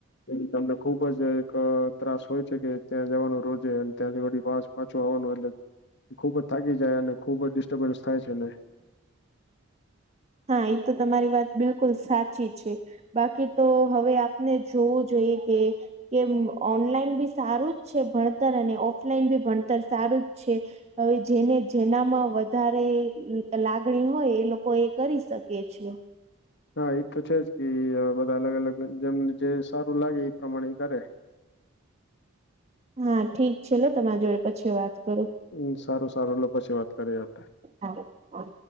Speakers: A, on the left (about 55°); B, on the right (about 30°).
A: એ તમને ખુબ જ એક ત્રાસ હોય. છે કે ત્યાં જવાનું રોજે ત્યાંથીી વાસ પાછું આવવાનું એટલે. એ ખુબ જ થાકી જાય અને ખુબ જ ડિસ્ટર્બન્સ થાય છે ને.
B: હા એ તો તમારી વાત બિલકુલ સાચી છે. બાકી તો હવે આપને જોવું જોઈએ કે કે ઓનલાઈન બી સારું જ છે ભણતર અને ઓફલાઈન બી ભણતર સારું જ છે. હવે જેને જેનામાં વધારે લાગણી હોય એ લોકો એ કરી શકે છીએ.
A: હા એ તો છે જ કે બધા અલગ અલગ જેમને જે સારું લાગે એ પ્રમાણે કરે
B: હા ઠીક છે લ તમારા જોડે પછી વાત કરું.
A: હમ સારું સારું લો પછી વાત કરીએ આપડે.
B: હા હા.